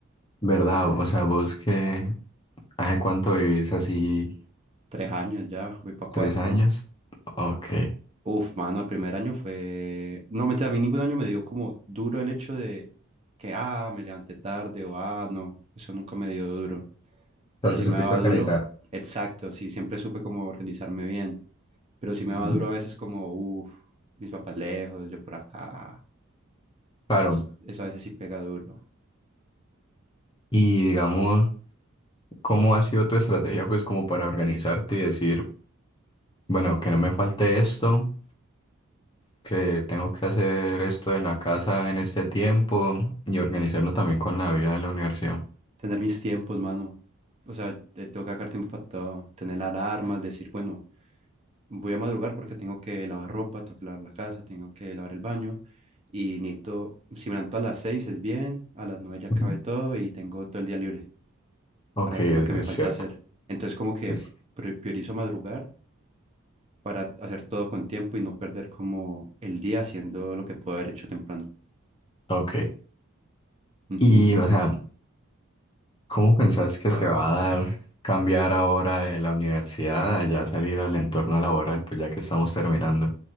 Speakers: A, on the left; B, on the right.
A: ¿Verdad? O sea, vos que, ¿hace cuánto vivís así?
B: Tres años ya, voy para cuatro.
A: Tres años. Ok.
B: Uf, mano, el primer año fue... No, mentira, a mí ningún año me dio como duro el hecho de que, ah, me levanté tarde o, ah, no, eso nunca me dio duro. Pero
A: O sea,
B: sí
A: te supiste
B: me daba
A: organizar.
B: duro, exacto, sí, siempre supe cómo organizarme bien. Pero sí me
A: Ujú.
B: daba duro a veces como, uff, mis papás lejos, yo por acá.
A: Claro.
B: S- Eso a veces sí pega duro.
A: Y digamos, ¿cómo ha sido tu estrategia, pues, como para organizarte y decir, bueno, que no me falte esto, que tengo que hacer esto en la casa en este tiempo y organizarlo también con la vida de la universidad?
B: Tener mis tiempos, mano. O sea, te- tengo que sacar tiempo para todo. Tener alarmas, decir, bueno, voy a madrugar porque tengo que lavar ropa, tengo que lavar la casa, tengo que lavar el baño y necesito, si me levanto a las 6 es bien, a las 9 ya acabé
A: Ujú.
B: todo y tengo todo el día libre
A: Ok,
B: para hacer
A: es,
B: lo que
A: es
B: me falte
A: cierto.
B: hacer. Entonces como que
A: es-
B: pri- priorizo madrugar para hacer todo con tiempo y no perder como el día haciendo lo que puedo haber hecho temprano.
A: ok.
B: Ujú.
A: Y, o sea, ¿cómo pensás que te va a dar cambiar ahora de la universidad, allá salir al entorno laboral, pues ya que estamos terminando?